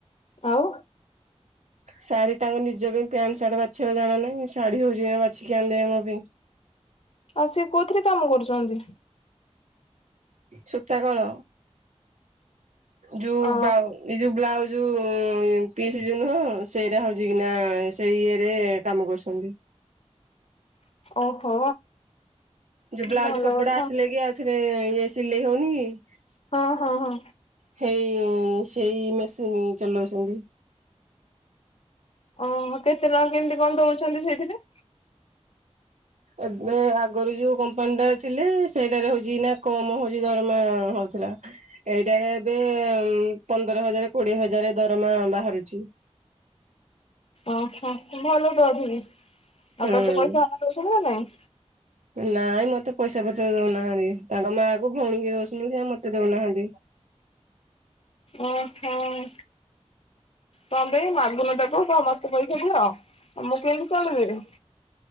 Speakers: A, on the left; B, on the right.
A: ଆଉ
B: ଶାଢୀ ତାଙ୍କ ନିଜ ପାଇଁ ପ୍ୟାଣ୍ଟ ଶାଢୀ ବାଛବା ଜଣ ନାହିଁ ଶାଢୀ ହଉଛି ବାଛିକି ଆଉ ଦେ ଆମ ପାଇଁ।
A: ଆଉ ସିଏ କୋଉଥିରେ କାମ କରୁଛନ୍ତି?
B: ସୂତା କଳ। ଯୋଉଏ
A: ଅ
B: ଯୋଉ ବ୍ଲାଉଜ ଯୋଉ ପି ନୁହଁ ସେଇଟା ହଉଛି କିନା ସେଇ ଇଏରେ କାମ କରୁଛନ୍ତି।
A: ଓହୋ
B: ଯୋଉ ବ୍ଲାଉଜ
A: ଭଲ
B: କପଡା
A: କଥା।
B: ଆସିଲେ କି ଆଉ ରେ ଇଏ ସିଲେଇ ହଉନି କି
A: ହଁ ହଁ ହଁ
B: ସେଇ ସେଇ ମେସିନ ଚଲଉଛନ୍ତି।
A: ଓହୋ କେତେ ଟଙ୍କା କେମତି କଣ ଦଉଛନ୍ତି ସେଇଥିରେ
B: ଏବେ ଆଗରୁ ଯୋଉ କମ୍ପାନୀଟା ଥିଲେ ସେଇଟାରେ ହଉଛି ନା କମ ହଉଛି ଦରମା ହଉଥିଲା ଏଇଟାରେ ଏବେ ପନ୍ଦର ହଜାର କୋଡିଏ ହଜାର ଦରମା ବାହାରୁଛି।
A: ଓହୋ ଭଲ ତ ଅଧିକି। ଆଉ
B: ହୁଁ
A: ତୋତେ ପଇସା ଦଉଛନ୍ତି ନା ନାଇଁ
B: ନାଇଁ ମତେ ପଇସା ପତ୍ର ଦଉନାହାନ୍ତି ତାଙ୍କ ମା କ ଭଉଣୀ ଦଉଛନ୍ତିଛନ୍ତି ସେ ମତେ ଦଉନାହାନ୍ତି।
A: ଓହୋ କଣ ପାଇଁ ମାଗୁନ ତାଙ୍କୁ ତ ମତେ ପଇସା ଦିଅ ଆଉ ମୁଁ କେମିତି ଚଳିବି।